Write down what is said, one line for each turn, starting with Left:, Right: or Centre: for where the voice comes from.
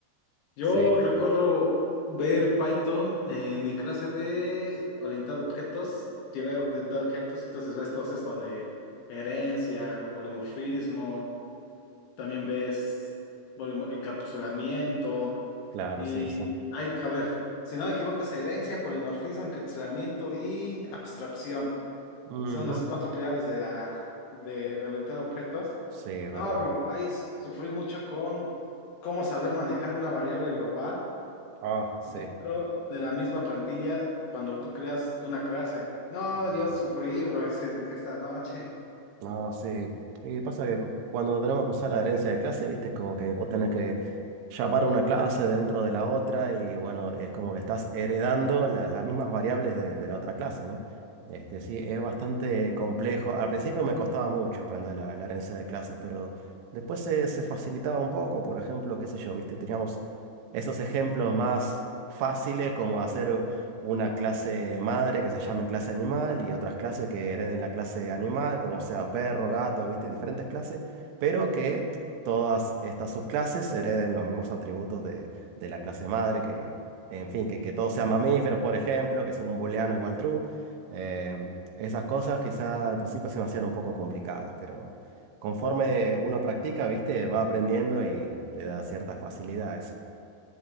Left: Yo
Right: Sí,
Left: recuerdo ver Python en mi clase de orientado a objetos, llevé orientado a objetos, entonces ves todo esto de herencia, polimorfismo, también ves polimo- encapsulamiento
Right: claro,
Left: y
Right: sí, sí.
Left: hay que a ver, si no me equivoco es herencia, polimorfismo, encapsulamiento y abstracción.
Right: ujú,
Left: Son las cuatro prioridades de la de orientado a objetos.
Right: Sí, es verdad.
Left: No, bro, ahí sufrí mucho con cómo saber manejar una variable global
Right: Ah, sí.
Left: dentro de la misma plantilla cuando tú creas una clase. No,
Right: ujú.
Left: yo sufrí, bro, ese, esta noche. <laughs>
Right: No, sí. Y pasa que cu- cuando tenemos que usar la herencia de clase, viste, es como que vos tenés que llamar una clase dentro de la otra y bueno, es como que estás heredando la- las mismas variables de, de la otra clase, ¿no? Este, sí, es bastante complejo. Al principio me costaba mucho aprender la, la herencia de clases, pero después se, se facilitaba un poco. Por ejemplo, qué sé yo, viste, teníamos esos ejemplos más fáciles como hacer una clase madre que se llame clase animal y otras clases que hereden la clase animal, como sea perro, gato, ¿viste? Diferentes clases, pero que todas estas subclases hereden los mismos atributos de, de la clase madre, que, en fin, que, que todos sean mamíferos, por ejemplo, que sea un booleano igual true. Em, esas cosas quizá al principio se me hacían un poco complicadas, pero conforme uno practica, ¿viste? Va aprendiendo y le da cierta facilidad a eso.